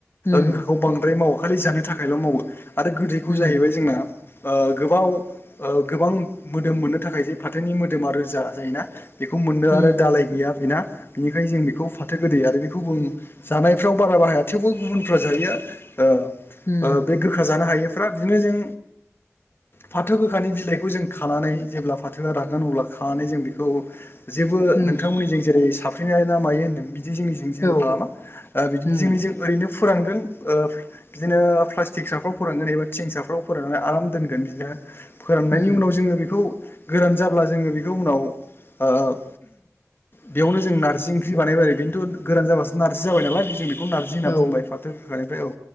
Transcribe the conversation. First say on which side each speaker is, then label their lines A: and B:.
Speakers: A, on the left; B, on the left.
A: उम
B: गोखाखौ बांद्राय मावो खालि जानो थाखायल' मावो आरो गोदैखौ
A: उम
B: जाहैबाय जोंना ओ गोबाव ओ गोबां मोदोम मोननो थाखाय जे फाथोनि मोदोमा रोजा जायोना। बेखौ मोननो
A: उम
B: आरो दालाय गैया बेना बेनिखायनो जों बेखौ फाथो गोदै आरो बे गुबुन जानायफ्राव बारा बाहाया थेवबो गुबुनफ्रा जायो आरो ओ
A: उम
B: ओ बे गोखा जानो हायिफ्रा बिदिनो जों फाथो गोखानि बिलाइखौ जों खानानै जेब्ला फाथोया रागोन अब्ला खानानै जों बेखौ जेबो
A: उम
B: नोंथांमोननि जों जेरै साफ्रेनाय ना मायो होन्दों बिदि जों जेबो
A: औ
B: खालामा ओ बिदिनो
A: उम
B: जोंनि जों ओरैनो फोरानगोन ओ बिदिनो प्लास्टिक साफ्राव फोरानगोन एबा थिं साफ्राव फोराननानै आराम दोनगोन बिदिनो फोराननायनि
A: उम
B: उनाव जोङो बेखौ गोरान जाब्ला जोङो बेखौ उनाव ओ ओह बेयावनो जों नारजि ओंख्रि बानायबाय आरो बेनोथ' गोरान जाबासो नारजि जाबाय नालाय जों बेखौ नारजि होनना
A: औ
B: बुंबाय फाथो गोखानिफ्राय औ।